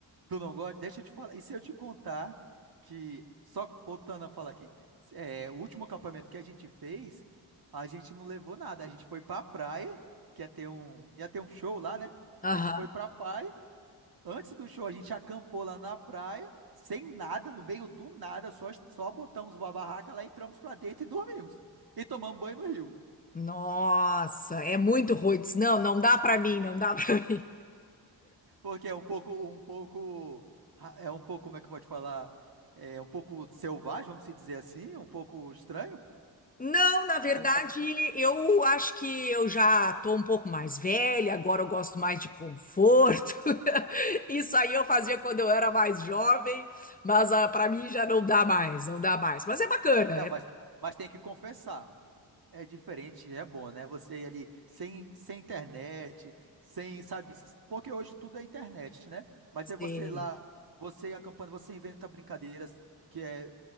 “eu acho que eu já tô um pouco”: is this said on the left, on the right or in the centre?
Left